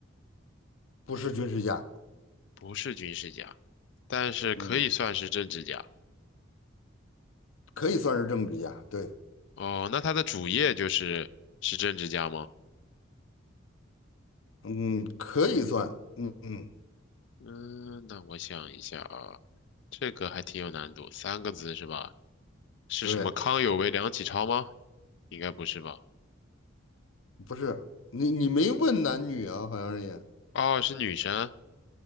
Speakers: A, on the left; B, on the left.
A: 不是军事家，
B: 不是军事家，但是可以算是政治家。
A: 嗯，可以算是政治家，对。
B: 哦，那他的主业就是是政治家吗？
A: 嗯，可以算，嗯嗯，
B: 嗯，那我想一下啊，这个还挺有难度，三个字是吧？是什么康有为、
A: 对，
B: 梁启超吗？应该不是吧？
A: 不是你你没问男女啊，好像是也，
B: 哦，是女生。